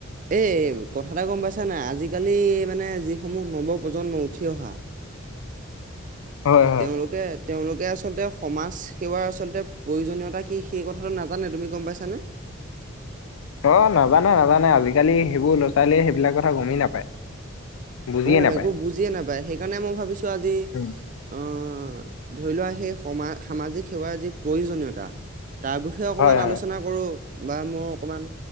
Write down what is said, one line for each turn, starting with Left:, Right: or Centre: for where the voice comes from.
Right: এই কথা এটা গম পাইছা নাই, আজিকালি মানে যি সমূহ নৱপ্ৰজন্ম উঠি অহা।
Left: হয় হয়
Right: তেওঁলোকে তেওঁলোকে আচলতে সমাজ সেৱাৰ আচলতে প্ৰয়োজনীয়তা কি, সেই কথাটো নাজানে তুমি গম পাইছানে।
Left: অ', নাজানে নাজানে আজিকালি সেইবোৰ লৰা-ছোৱালীয়ে সেইবিলাক কথা গমেই নাপায়। বুজিয়ে
Right: অ',
Left: নাপায়
Right: একো বুজিয়ে নাপায়, সেইকাৰণে মই ভাবিছোঁ আজি
Left: উম
Right: আহ ধৰি লোৱা সেই সম সামাজিক সেৱাৰ যি প্ৰয়োজনীয়তা তাৰ বি ষয় অকণমান
Left: হয় হয়
Right: আলোচনা কৰোঁ বা মও অকণমান